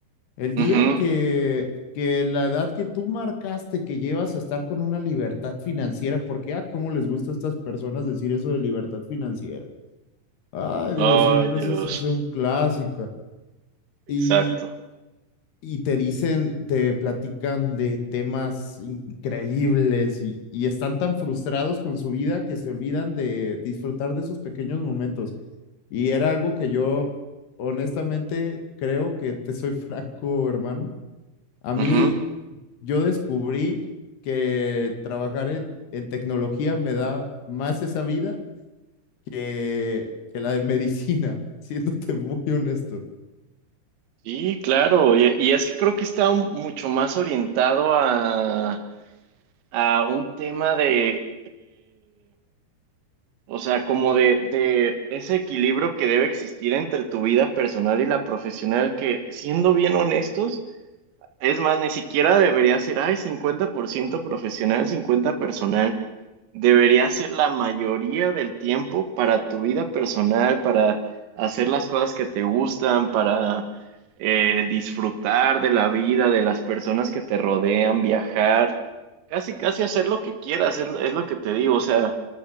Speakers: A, on the left; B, on the right.
A: El
B: Ujú.
A: día que, que la edad que tú marcaste, que llevas a estar con una libertad financiera, porque, ah, cómo les gusta a estas personas decir eso de libertad financiera. Ay,
B: Ay,
A: Dios, siempre
B: Dios.
A: es eso, es un clásico.
B: Exacto.
A: Y, y te dicen, te platican de temas increíbles y, y están tan frustrados con su vida que se olvidan de disfrutar de esos pequeños momentos. Y era algo que yo, honestamente, creo que te soy <laughs> franco, hermano. A
B: Ujú.
A: mí, yo descubrí que trabajar en, en tecnología me da más esa vida que, que la de medicina, <laughs> siéndote muy honesto.
B: Sí, claro. Y, y es que creo que está un- mucho más orientado a, a un tema de O sea, como de, de ese equilibrio que debe existir entre tu vida personal y la profesional, que siendo bien honestos, es más, ni siquiera debería ser, ay, 50% profesional, 50 personal. Debería ser la mayoría del tiempo para tu vida personal, para hacer las cosas que te gustan, para eh, disfrutar de la vida, de las personas que te rodean, viajar, casi, casi hacer lo que quieras, es es lo que te digo, o sea.